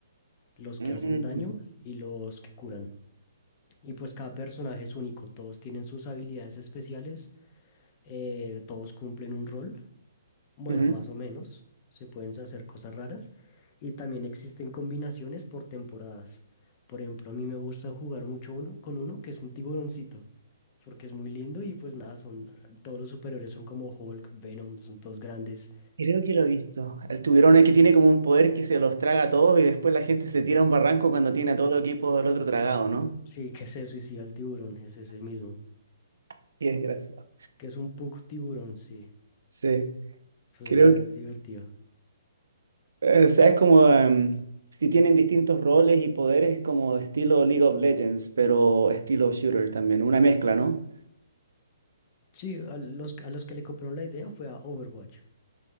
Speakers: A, on the left; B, on the right.
A: los que
B: Mm,
A: hacen daño y los que curan. Y pues cada personaje es único, todos tienen sus habilidades especiales, eh, todos cumplen un rol, bueno,
B: ujú.
A: más o menos, se pueden hacer cosas raras y también existen combinaciones por temporadas. Por ejemplo, a mí me gusta jugar mucho uno con uno que es un tiburoncito, porque es muy lindo y pues nada, son todos los superiores son como Hulk, Venom, son todos grandes.
B: Creo que lo he visto. El tiburón es que tiene como un poder que se los traga a todos y después la gente se tira a un barranco cuando tiene a todo el equipo del otro tragado, ¿no?
A: Sí, que se suicida el tiburón, es ese mismo,
B: <laughs> Qué desgraciado.
A: que es un pug tiburón, sí.
B: Sí,
A: Pues
B: creo
A: nada,
B: que...
A: es divertido.
B: eh, O sea, es como... em, si tienen distintos roles y poderes como estilo League of Legends, pero estilo shooter también, una mezcla, ¿no?
A: Sí, a los, a los que le copiaron la idea fue a Overwatch.